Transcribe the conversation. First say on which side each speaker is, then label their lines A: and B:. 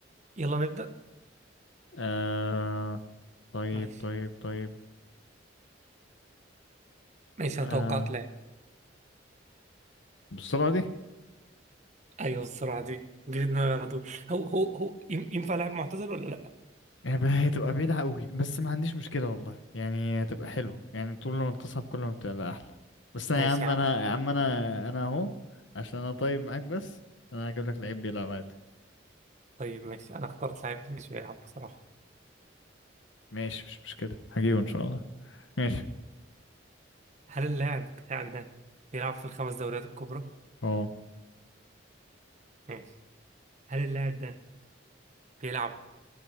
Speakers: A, on the right; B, on the left.
A: يلا نبدأ
B: آه طيب
A: ماشي
B: طيب طيب
A: ماشي انا
B: آه
A: توقعت لاعب
B: بالسرعة دي
A: ايوه السرعة دي جه في دماغي على طول هو هو هو يم- ينفع لاعب معتزل ولا لا
B: يبقى هتبقى بعيدة قوي بس ما عنديش مشكلة والله يعني هتبقى حلوة يعني طول ما بتصعب كل ما بتبقى أحلى بس أنا
A: ماشي
B: يا عم
A: يا
B: أنا
A: عم
B: يا عم أنا أنا أهو عشان أنا طيب معاك بس أنا هجيب لك لعيب بيلعب عادي
A: طيب ماشي انا اخترت لاعب مش بيلعب بصراحة
B: ماشي مش مشكلة هجيبه إن شاء الله ماشي
A: هل اللاعب بتاعك ده بيلعب في الخمس دوريات الكبرى
B: أه
A: ماشي هل اللاعب ده بيلعب